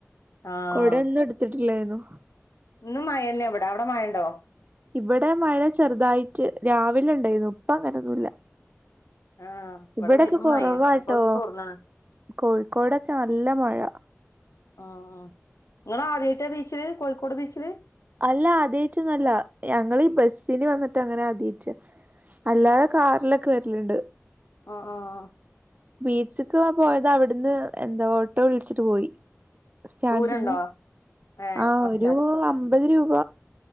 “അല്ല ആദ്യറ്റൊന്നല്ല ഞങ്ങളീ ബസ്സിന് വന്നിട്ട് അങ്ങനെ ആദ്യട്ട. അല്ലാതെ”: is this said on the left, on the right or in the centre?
Right